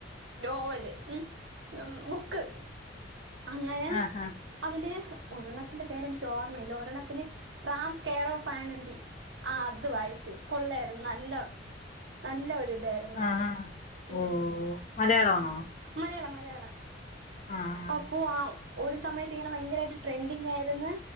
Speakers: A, on the right; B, on the left.
A: നോവല്. ഉം. ഉം ബുക്ക്. അങ്ങനെ
B: ആ, ഹാ..
A: അതില് ഒരെണ്ണത്തിന്റെ പേരെനിക്ക് ഓർമ്മയില്ല. ഒരെണത്തിന്. റാം കെയറോഫ് ആനന്ദി. ആത് വായിച്ചു. കൊള്ളേര്ന്നു. നല്ലത.. നല്ലോര് ഇതായിരുന്നു.
B: ആഹാ
A: ഉം
B: ഓ മലയാളമാണോ
A: ഉം. മലയാളം മലയാളം..
B: ആഹ്
A: അപ്പൊ ആഹ് ഒരു സമയത്തിങ്ങനെ ഭയങ്കരായിട്ട് ട്രെൻഡിങയെര്ന്ന്,